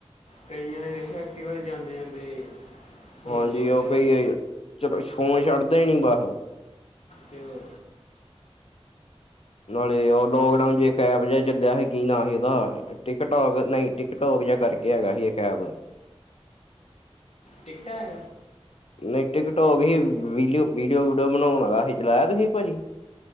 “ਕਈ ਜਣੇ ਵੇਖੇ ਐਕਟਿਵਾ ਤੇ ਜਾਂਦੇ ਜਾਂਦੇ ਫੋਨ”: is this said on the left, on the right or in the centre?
Left